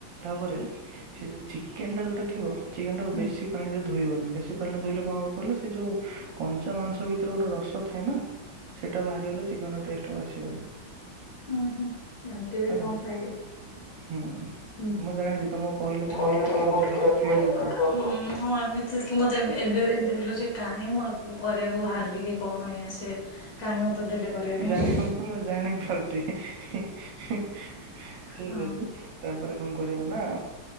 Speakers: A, on the right; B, on the left.
A: ତାପରେ ସେ ଯୋଉ ଚିକେନ ଟା ଯୋଉଟା ଥିବ ଚିକେନ ଟାକୁ
B: ହୁଁ
A: ବେଶୀ ପାଣିରେ ଧୋଇବନି ବେଶୀ ପାଣି ରେ ଧୋଇଲେ କଣ ହବ କହିଲ ସେ ଯୋଉ କଞ୍ଚା ମାଂସ ଭିତରେ ଗୋଟେ ରସ ଥାଏ ନା ସେଇଟା ବାହାରି ଗଲେ ଚିକେନ ର ଟେଷ୍ଟ ଆଉ ଆସିବନି
B: ହୁଁ ହୁଁ ଏମିତି ବି
A: ହେଲା
B: କଣ ଥାଏ କି? ଆଛା
A: ହୁଁ।
B: ହୁଁ
A: ମୁଁ ଜାଣିଛି ତମକୁ କହିଲେ
B: କହିଲି ତମକୁ
A: ଅଜିବ
B: ଟିକେ
A: ଅଜିବ
B: ଅ
A: ଫିଲ୍ ହଉଥିବ
B: ଉଁ ହଁ ଏମିତି କି ମତେ ଏବେ ଏମିତି ବୁଲୁଛି କାହିଁକି ମୁଁ ଆକୁ କରିବାକୁ ବାହାରିଲି କି? କଣ ଆଜ୍ଞା ସେ କାହିଁ ମୋତେ ଦେଲେ କରିବା ପାଇଁ।
A: ଜାଣି ମୁଁ ଜାଣିପାରୁଛି <inaudible> ଠିକ
B: ହଁ।
A: ଅଛି ତାପରେ କଣ କ ରିବ ନା